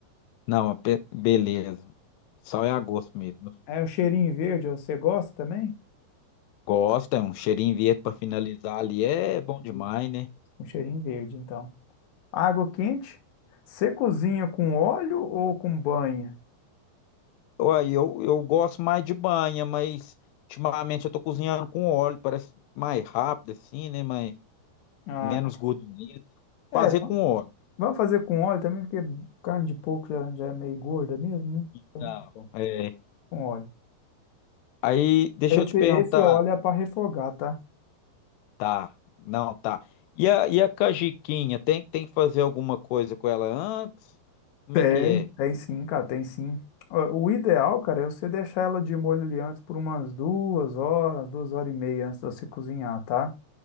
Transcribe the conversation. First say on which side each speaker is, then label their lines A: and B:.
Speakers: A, on the left; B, on the left.
A: Não, é pe- beleza. Só é a gosto mesmo.
B: É o cheirinho verde, ó, você gosta também?
A: Gosta, um cheirinho verde para finalizar ali é bom demais,
B: Isso.
A: né?
B: Um cheirinho verde, então. Água quente. Você cozinha com óleo ou com banha?
A: Uai, eu, eu gosto mais de banha, mas ultimamente eu tô cozinhando com óleo, parece mais rápido assim, né? Mas
B: Ah,
A: menos
B: cara.
A: gordurento.
B: é,
A: Fazer
B: va-
A: com óleo.
B: vamos fazer com óleo também, porque carne de porco já, já é meio gorda mesmo, né?
A: Então,
B: Então, tá bom.
A: é.
B: com óleo.
A: Aí, deixa
B: Esse,
A: eu te perguntar.
B: esse óleo é para refogar, tá?
A: Tá, não, tá. E a, e a cajiquinha tem, tem que fazer alguma coisa com ela antes? Como
B: Tem,
A: é que é?
B: tem sim, cara, tem sim. Ó, O ideal, cara, é você deixar ela de molho ali antes por umas duas horas, duas horas e meia antes de você cozinhar, tá?